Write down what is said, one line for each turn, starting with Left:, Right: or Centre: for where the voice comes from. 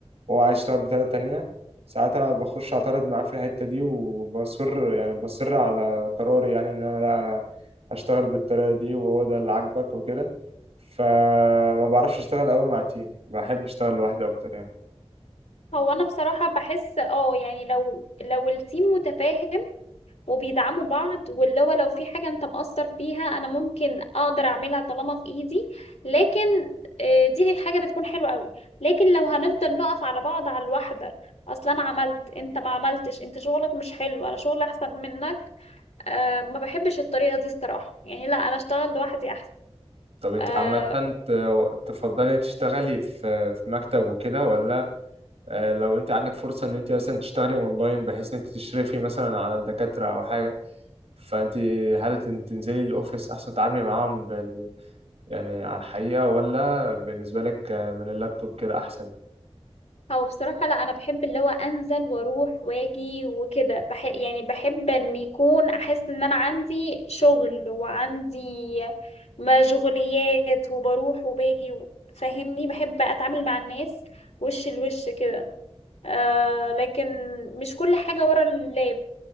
Right: وهو عايز يشتغل بطريقة تانية ساعات أنا بخش أعترض معاه في الحتة دي وبصر يعني بصر على قراري يعني إن أنا لا أنا هشتغل بالطريقة دي وهو ده اللي عاجبك وكده فما بعرفش أشتغل أوي مع تيم بحب أشتغل لوحدي أكتر يعني
Left: هو انا بصراحة بحس اه يعني لو لو التيم متفاهم وبيدعموا بعض واللي هو لو في حاجة انت مقصر فيها انا ممكن اقدر اعملها طالما في ايدي لكن آه، دي حاجة بتكون حلوة قوي لكن لو هنفضل نقف على بعض على الواحدة اصلا انا عملت انت ما عملتش انت شغلك مش حلو انا شغلي احسن منك أه ما بحبش الطريقة دي الصراحة يعني لا انا اشتغل لوحدي احسن
Right: طب أنت
Left: آه،
Right: عامة ت- تفضلي أنت تشتغلي في في مكتب وكده ولا آه، لو أنت عندك فرصة إن أنت مثلا تشتغلي أونلاين بحيث إن أنت تشرفي مثلا على الدكاترة أو حاجة فأنت هل تن- تنزلي الأوفيس أحسن تتعاملي معاهم يعني على الحقيقة ولا بالنسبة لك من اللابتوب كده أحسن؟
Left: هو بصراحة لا أنا بحب اللي هو أنزل وأروح وأجي وكده بح يعني بحب إن يكون أحس إن أنا عندي شغل وعندي مشغوليات وبروح وباجي و- فاهمني بحب أتعامل مع الناس وش لوش كده آه لكن مش كل حاجة ورا اللاب